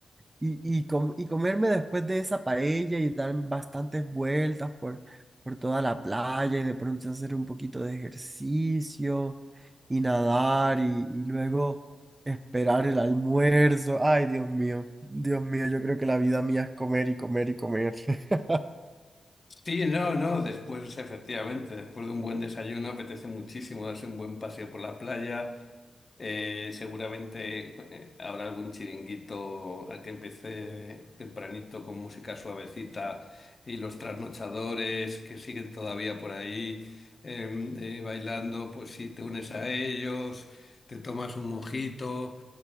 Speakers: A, on the right; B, on the left.
A: y, y, com- y comerme después de esa paella y dar bastantes vueltas por, por toda la playa y de pronto hacer un poquito de ejercicio y nadar y, y luego esperar el almuerzo. Ay, Dios mío, Dios mío, yo creo que la vida mía es comer y comer y comer. <laughs>
B: Sí, no, no, después, efectivamente, después de un buen desayuno apetece muchísimo darse un buen paseo por la playa. Eh, seguramente eh, habrá algún chiringuito al que empecé tempranito con música suavecita y los trasnochadores que siguen todavía por ahí eh, eh, bailando, pues sí, te unes a ellos, te tomas un mojito.